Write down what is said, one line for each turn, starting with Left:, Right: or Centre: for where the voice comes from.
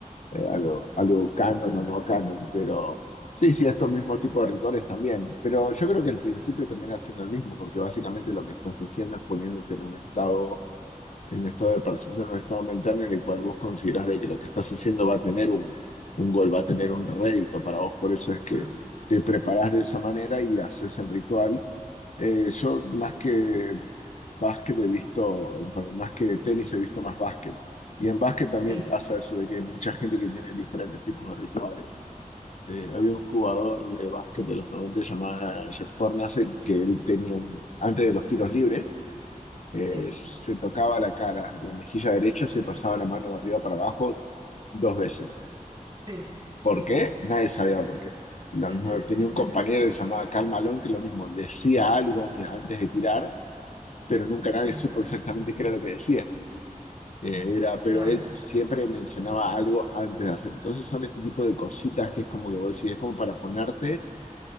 Left: eh, algo, algo canon o no canon, pero sí, sí, estos mismos tipos de rituales también, pero yo creo que el principio termina siendo el mismo, porque básicamente lo que estás haciendo es poniéndote en un estado en estado de percepción, o un estado mental en el cual vos consideras de que lo que estás haciendo va a tener un, un gol, va a tener un rédito para vos. Por eso es que
Right: Mm,
Left: te preparás de esa manera y haces el ritual. Eh, yo más que básquet he visto, perdón, más que tenis he visto más básquet. Y en básquet también
Right: sí,
Left: pasa eso de que hay mucha gente que tiene diferentes tipos de rituales. Eh, había un jugador de básquet de los 90 llamado Jeff Hornacek que él tenía un, antes de los tiros libres, eh,
Right: sí,
Left: se tocaba la cara, en la mejilla derecha se pasaba la mano de arriba para abajo dos veces.
Right: sí, sí,
Left: ¿Por
Right: sí.
Left: qué? Nadie sabía por qué. Lo
Right: <laughs>
Left: mismo, tenía un compañero que se llamaba Karl Malone que lo mismo, decía algo mi- antes de tirar, pero nunca nadie
Right: Sí,
Left: supo exactamente qué era lo que decía. Eh, era, pero
Right: claro.
Left: él siempre mencionaba algo antes de hacer. Entonces son este tipo de cositas que es como que vos decís, es como para ponerte